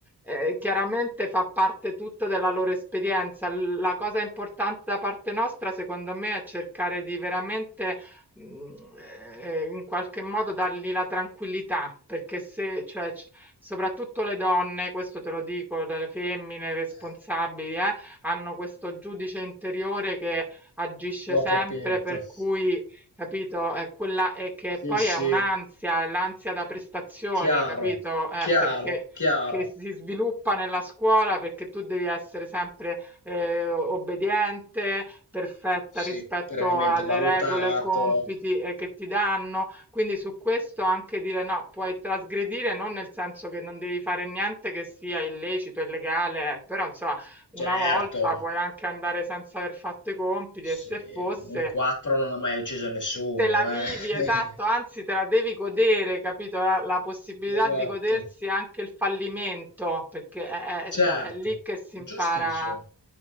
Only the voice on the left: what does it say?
Eh,
L'ho
capito.
Sì,
sì.
Chiaro,
chiaro,
chiaro.
Sì,
perennemente
valutato,
certo.
Sì,
un 4 non ha mai ucciso nessuno,
eh.
<laughs>
Esatto.
Certo,
giustissimo,